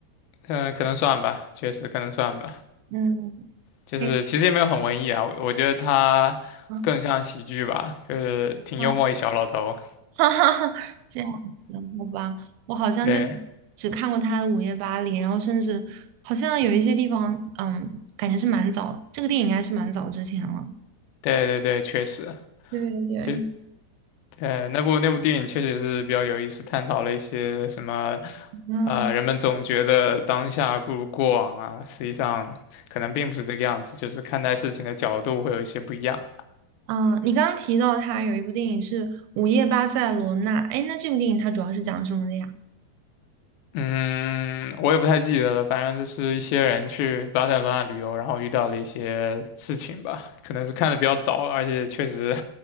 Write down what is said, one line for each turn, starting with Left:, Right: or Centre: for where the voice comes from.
Left: 嗯、可能算吧，确实可能算吧。
Right: 嗯，
Left: 就是其实也没有很文艺啊，
Right: 对，
Left: 我觉得他更像喜剧吧，
Right: 嗯
Left: 就是挺幽默一小老头。
Right: 嗯，<laughs> 哈哈哈，这样子，好吧，我好像就
Left: <laughs> 对
Right: 只看过他的《午夜巴黎》，然后甚至好像有一些地方，嗯，感觉是蛮早，这个电影应该是蛮早之前了。
Left: 对对对，确实，
Right: 对对，
Left: 就呃那部那部电影确实是比较有意思，探讨了一些什么，
Right: 嗯
Left: 呃，人们总觉得当下不如过往啊，实际上可能并不是这个样子，就是看待事情的角度会有一些不一样。
Right: 嗯，你刚刚提到他有一部电影是《午夜巴塞罗那》，哎，那这部电影它主要是讲什么的呀？
Left: 嗯，我也不太记得了，反正就是一些人去巴塞罗那旅游，然后遇到了一些事情吧，可能是看的比较早，而且确实